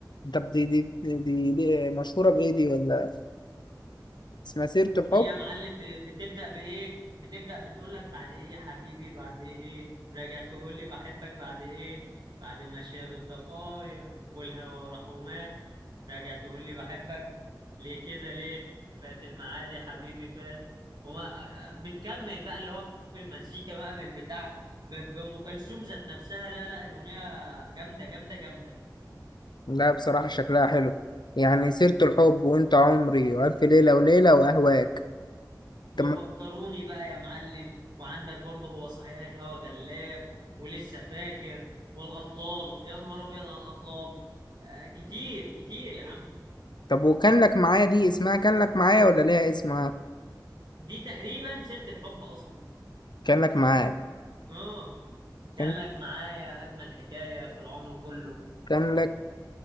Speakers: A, on the left; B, on the right.
A: طب دي دي دي, دي مشهورة بإيه دي ولا اسمها سيرة
B: دي
A: الحب؟
B: يا معلم ب- بتبدأ بإيه؟ بتبدأ بتقول لك بعد إيه يا حبيبي بعد إيه؟ راجع تقول لي بحبك بعد إيه؟ بعد ما شاب الضفاير والهوى راح ومات راجع تقول لي بحبك ليه كده ليه؟ فات الميعاد يا حبيبي فات وما بتكمل بقى اللي هو بالمزيكا بقى بالبتاع ب- بأم كلثوم ذات نفسها لا لا الأغنية جامدة جامدة جامدة
A: لا بصراحة شكلها حلو يعني سيرة الحب وأنت عمري وألف ليلة وليلة وأهواك
B: وفكروني
A: طب ما-
B: بقى يا معلم وعندك برضه هو صحيح الهوى غلاب ولسه فاكر والأطلال يا نهار أبيض على الأطلال آه كتير كتير يا عم
A: طب وكان لك معايا دي اسمها كان لك معايا ولا ليها اسمها؟
B: دي تقريبا سيرة الحب أصلا
A: كان لك معايا
B: آه كان
A: كان
B: لك معايا أجمل حكاية في العمر كله
A: كان لك